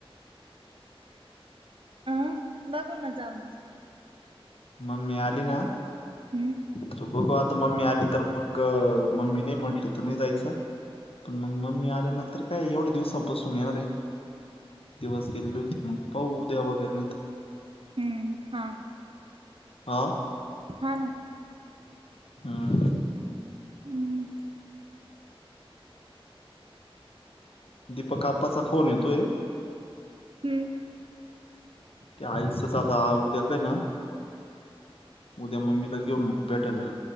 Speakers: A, on the right; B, on the left.
A: अं बघू ना जाऊ म.
B: मम्मी आली ना
A: हम्म
B: तर बघू आता मम्मी आली तर मग, मम्मी नाही म्हटली तर नाही जायचं पण मग मम्मी आल्यानंतर काय एवढ्या दिवसा बसून येणार आहे. दिवस गेलेली होती मग, पाऊ उद्या वगैरे नाही तर मग
A: हम्म हा
B: हा?
A: हा ना.
B: हम्म
A: हम्म
B: दीपक आप्पाचा फोन येतोय.
A: हम्म
B: ते आईच आता उद्या काय ना उद्या मम्मीला घेऊन मग भेटायलाला